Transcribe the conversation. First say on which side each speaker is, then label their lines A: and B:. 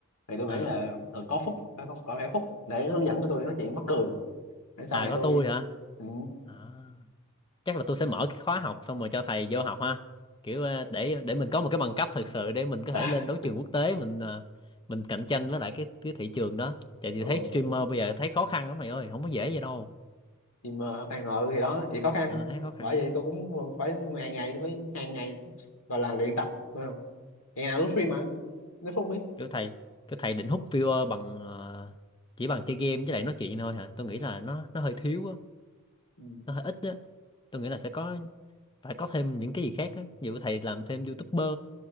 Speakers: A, on the left (about 70°); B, on the left (about 20°).
A: thì tôi
B: Ờ.
A: nghĩ là cần có Phúc có, có phải Phúc để hướng dẫn cho tôi nói chuyện mắc cười để
B: à
A: sau này
B: có
A: tôi
B: tôi hả
A: ừ.
B: à, chắc là tôi sẽ mở cái khóa học xong rồi cho thầy vô học ha kiểu ờ, để để mình có một cái bằng cấp thực sự để mình có
A: <laughs>
B: thể lên đấu trường quốc tế mình ờ, mình cạnh tranh với lại cái cái thị trường đó tại
A: Rồi.
B: vì thấy streamer bây giờ thấy khó khăn lắm mày ơi không có dễ vậy đâu
A: thì mà khoan ngờ thì đó chỉ khó khăn
B: Ờ, thấy khó khăn
A: bởi vậy
B: lắm
A: tôi cũng phải ngày ngày đối với hàng ngày gọi là luyện tập phải không? ngày nào cũng stream mà nếu không biết
B: kiểu thầy kiểu thầy định hút viewer bằng ờ, chỉ bằng chơi game với lại nói chuyện thôi hả tôi nghĩ là nó nó hơi thiếu á
A: Ừ.
B: nó hơi ít á tôi nghĩ là sẽ có phải có thêm những cái gì khác á ví dụ thầy làm thêm youtuber